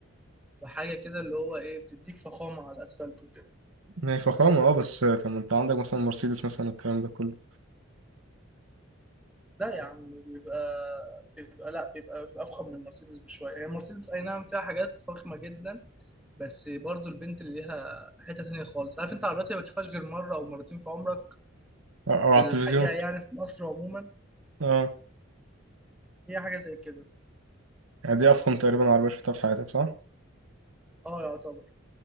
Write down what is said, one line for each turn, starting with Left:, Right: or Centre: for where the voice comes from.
Centre: وحاجة كده اللي هو ايه بتديك فخامة على الاسفلت وكده
Right: ما هي فخامة أه بس طب ما أنت عندك مثلا مرسيدس مثلا الكلام ده كله
Centre: لا يا عم بيبقى بيبقى لا بيبقى افخم من المرسيدس بشوية هي المرسيدس اي نعم فيها حاجات فخمة جدا بس برضو البنت اللي ليها حتة تانية خالص عارف انت عربيات اللي ما بتشوفهاش غير مرة او مرتين في عمرك
Right: أو أو
Centre: في
Right: على
Centre: الحقيقة
Right: التلفزيون
Centre: يعني في مصر عموما
Right: أه
Centre: هي حاجة زي كده
Right: يعني دي أفخم تقريبا عربية شفتها في حياتك صح؟
Centre: اه يعتبر